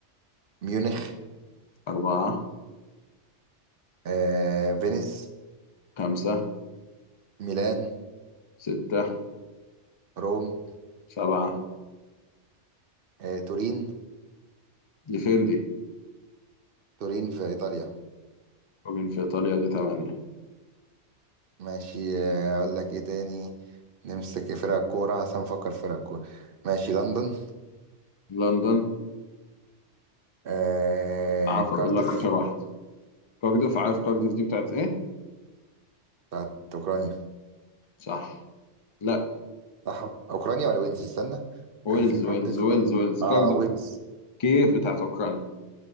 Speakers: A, on the right; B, on the left.
A: ميونخ
B: أربعة
A: آه، فينيس
B: خمسة
A: ميلان
B: ستة
A: روم
B: سبعة
A: آه، تورين
B: دي فين دي؟
A: تورين في ايطاليا
B: فوجن في إيطاليا دي تمانية
A: ماشي آه، اقول لك ايه تاني نمسك فرق كورة عشان نفكر في فرق كورة ماشي لندن
B: لندن
A: آه،
B: عارف
A: كارديف
B: أقول لك آخر واحد كارديف عارف كارديف دي بتاعت إيه؟
A: بتاعت اوكرانيا
B: صح لا
A: صح اوكرانيا ولا ويلز استنى
B: ويلز
A: كان في كارديف
B: ويلز ويلز ويلز
A: اه
B: كارديف
A: ويلز
B: كيف بتاعت أوكرانيا